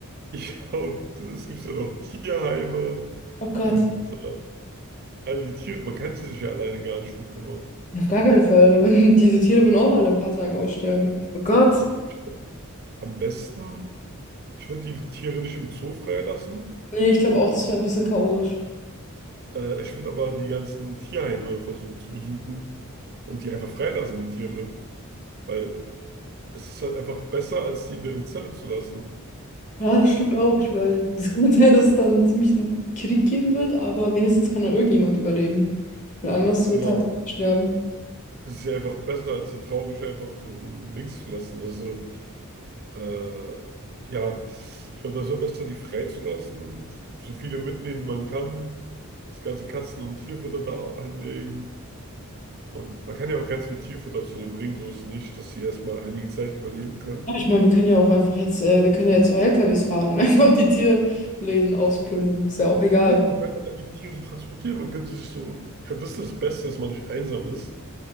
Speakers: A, on the right (about 45°); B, on the left (about 35°).
A: Ja, und es gibt ja noch Tierheime
B: Oh Gott.
A: und äh, all die Tiere. Man kann sich ja alleine gar nicht drum kümmern.
B: Ja, auf gar keinen Fall. <laughs> Diese Tiere würden auch alle in ein paar Tagen aussterben. Oh Gott.
A: Also ich, würd am besten, ich würde die Tiere nicht im Zoo freilassen.
B: Nee, ich glaube auch, das wäre ein bisschen chaotisch.
A: Äh, ich würde aber die ganzen Tierheime versuchen zu besuchen und die einfach freilassen, die Tiere. Weil es ist halt einfach besser, als die in deren Zelle zu lassen.
B: Ja, das stimmt auch. Ich meine, es kann <laughs> sein, dass es dann ziemlich einen Krieg geben wird, aber wenigstens kann dann irgendjemand überleben. Weil anders wird
A: Genau.
B: halt sterben.
A: Es ist ja einfach besser, als die traurig einfach so um links zu lassen. Also. Äh, ja, ich glaube, das ist am besten, die freizulassen, so viele mitnehmen, wie man kann, das ganze Katzen- und Tierfutter da hinlegen. Und man kann ja auch ganz viel Tierfutter zu denen bringen, so ist es nicht, dass sie erstmal einige Zeit überleben können.
B: Ja, ich meine, wir können ja auch einfach jetzt, äh, wir können ja jetzt auch LKWs fahren und <laughs> einfach die Tierläden ausplündern. Ist ja auch egal.
A: Ja, man könnte all die Tiere transportieren, man könnte sich so, ich glaube, das ist das Beste, dass man nicht einsam ist.